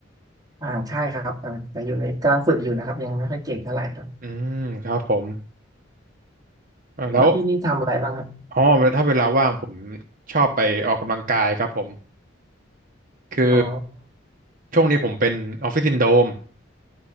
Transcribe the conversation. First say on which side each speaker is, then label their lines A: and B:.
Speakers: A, on the right (about 20°); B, on the right (about 45°).
A: อ่าใช่ครับอ่าแต่อยู่ในกำลังฝึกอยู่นะครับยังไม่ค่อยเก่งเท่าไหร่ครับ
B: อืมครับผมอ่าแล้ว
A: แล้วพี่นี่ทำอะไรบ้างครับ
B: อ๋อถ้าเวลาว่างผมชอบไปออกกำลังกายครับผมคือ
A: อ๋อ
B: ช่วงนี้ผมเป็นออฟฟิศซินโดรม